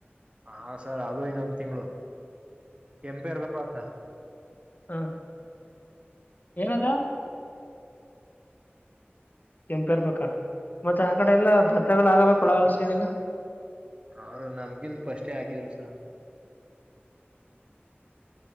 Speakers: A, on the right; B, on the left.
A: ಹಾ ಸರ್ ಅದು ಇನ್ನೊಂದು ತಿಂಗಳು ಕೆಂಪೇರ್ ಬ ಹಾ
B: ಹಾ ಏನದ ಕೆಂಪೆ ಇರ್ಬೇಕಾ ಮತ್ತೆ ಆ ಕಡೆ ಎಲ್ಲಾ ಆಗಬೇಕ ಒಳಗಲ್ಸ ಇದೆಲ್ಲ
A: ಅವ್ರ ನಮಗಿನ್ ಫಷ್ಟೇ ಹಾಕಿದ್ರು ಸರ್